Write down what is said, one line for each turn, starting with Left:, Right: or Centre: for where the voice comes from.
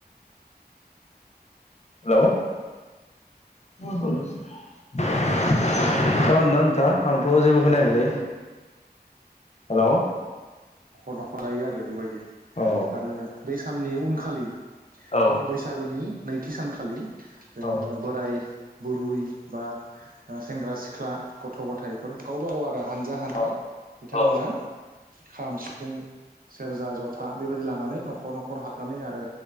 Left: हेलौ खोनादोंना नोंथाङा आंथ' जेबो खोनायाखैलै हेलौ
Right: न'खर न'खर जायो आरो बेबायदि
Left: अ
Right: <unintelligible> बै साननि उनखालि
Left: औ
Right: बैसागुनि नैथि सानखालि ओ
Left: औ
Right: बोराय, बुरै, बा सेंग्रा, सिख्ला, गथ' गथायफोर गावबा गाव आरो हानजा हानजा
Left: औ
Right: बिथांमोना
Left: औ
Right: खाम सि सिफुं, सेरजा, जथा बेबायदि लानानै न'खर न'खर हाबनानै आरो